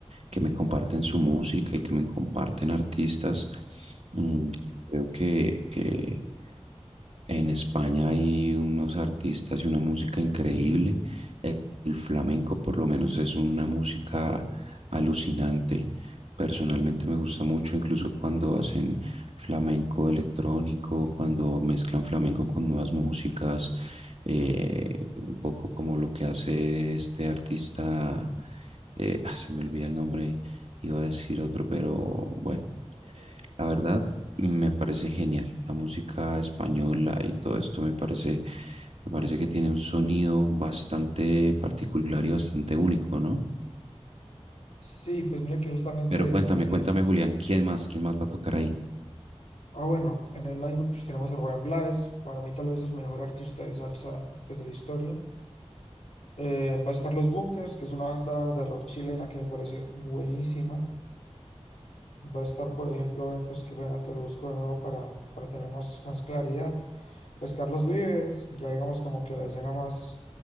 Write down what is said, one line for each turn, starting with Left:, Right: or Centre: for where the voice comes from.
Right: que me comparten su música y que me comparten artistas. Mm, creo que, que en España hay unos artistas y una música increíble. El, el flamenco por lo menos es una música alucinante. Personalmente me gusta mucho, incluso cuando hacen flamenco electrónico, cuando mezclan flamenco con nuevas músicas, eh, un poco como lo que hace este artista, eh, ah, se me olvida el nombre, iba a decir otro, pero bueno, la verdad, me parece genial. La música española y todo esto me parece, me parece que tiene un sonido bastante particular y bastante único, ¿no?
Left: Sí, pues mira que justamente
Right: Pero cuéntame,
Left: yo también.
Right: cuéntame, Julián, ¿quién más, quién más va a tocar ahí?
Left: Ah, bueno, en el line pues, tenemos a Rubén Blades, para mí tal vez el mejor artista de salsa pues, de la historia. Eh, va a estar Los Bunkers, que es una banda de rock chilena que me parece buenísima. Va a estar, por ejemplo, ven, pues que pena, te lo busco de nuevo para, para tener más, más claridad. Pues Carlos Vives, ya digamos como que la escena más,